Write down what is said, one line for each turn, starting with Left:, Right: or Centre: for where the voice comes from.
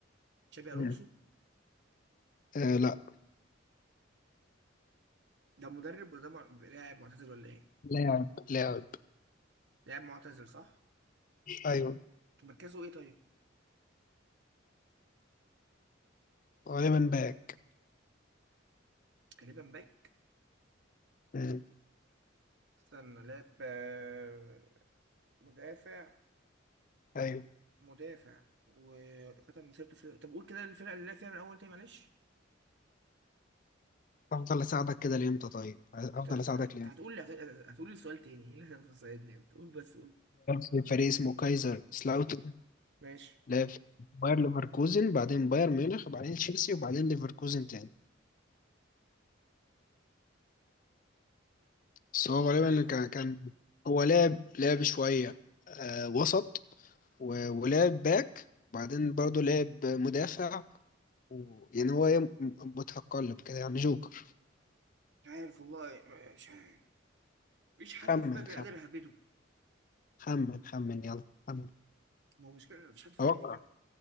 Right: تشابي
Left: مم.
Right: ألونسو
Left: آه لا
Right: ده مدرب ولا ده مع- لاعب معتزل ولا ايه؟
Left: لاعب لاعب
Right: لاعب معتزل صح؟
Left: ايوه
Right: طب مركزه ايه طيب؟
Left: غالبا باك
Right: غالبا باك
Left: مم.
Right: استنى لاعب آه، مدافع
Left: ايوه
Right: مدافع وختم مسيرته في طب قول كده الفرقة اللي لعب فيها من أول تاني معلش
Left: افضل اساعدك كده لامتى طيب افضل
Right: انت انت
Left: اساعدك
Right: انت
Left: لامتى
Right: هتقول لي هتقول لي السؤال تاني <laughs> ايه اللي هتقول السؤال ده قول بس قول
Left: في فريق اسمه كايزر سلاوتر
Right: ماشي
Left: لاف باير ليفركوزن بعدين باير ميونخ بعدين تشيلسي وبعدين ليفركوزن تاني بس هو غالبا
Right: عارف
Left: كان كان هو لعب لعب شوية آه وسط و- ولعب باك وبعدين برضه لعب مدافع و... يعني هو إيه، م- متقلب كده يعني جوكر
Right: مش عارف والله مش عارف مفيش حد
Left: خمن
Right: في دماغي
Left: خمن
Right: قادر اهبده
Left: خمن خمن يلا خمن
Right: ما هو مشكلة إن مفيش حد في
Left: توقع
Right: دماغي فعلا